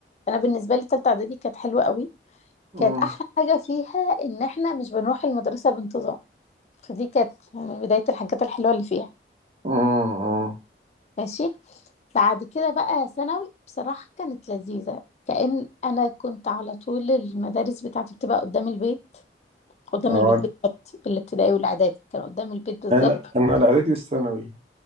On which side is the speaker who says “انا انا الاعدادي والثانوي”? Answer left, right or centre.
Right